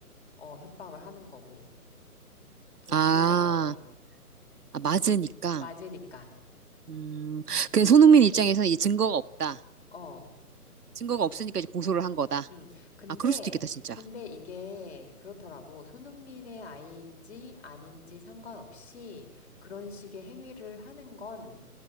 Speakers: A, on the left (about 40°); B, on the right (about 75°).
A: 어, 협박을 하는 거고, 돈을
B: 아,
A: 뜯어내려고.
B: 아, 맞으니까.
A: 오. 맞으니까.
B: 음,
A: 음
B: 그 손흥민 입장에서는 이제 증거가 없다.
A: 어.
B: 증거가 없으니까 이제 고소를 한 거다.
A: 음 근데,
B: 아, 그럴 수도 있겠다, 진짜.
A: 근데 이게 그렇더라고. 손흥민의 아이인지 아닌지 상관없이 그런 식의 행위를 하는 건